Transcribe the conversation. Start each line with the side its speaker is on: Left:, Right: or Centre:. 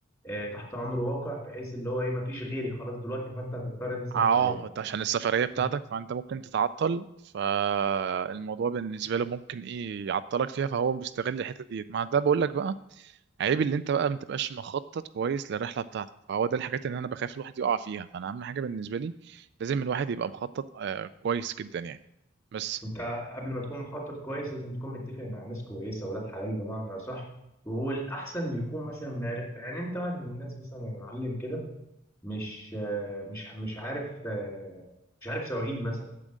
Left: آه، تحت امر واقع بحيث اللي هو ايه مفيش غيري خلاص دلوقتي فانت هتضطر تسمع
Right: اه
Left: كلامي
Right: انت عشان السفرية بتاعتك
Left: <laughs>
Right: فانت ممكن تتعطل فالموضوع بالنسبة له ممكن ايه يعطلك فيها فهو مستغل الحتة ديت مع ده بقول لك بقى عيب اللي انت بقى ما تبقاش مخطط كويس للرحلة بتاعتك فهو ده الحاجات اللي انا بخاف الواحد يقع فيها فانا اهم حاجة بالنسبة لي لازم الواحد يبقى مخطط آه كويس جدا يعني بس
Left: انت قبل ما تكون مخطط كويس لازم تكون متفق مع ناس كويسه ولاد حلال بمعنى صح والاحسن إنه يكون مثلا معرف يعني انت واحد من الناس مثلا يا معلم كده مش آه، مش مش عارف آه، مش عارف سواقين مثلا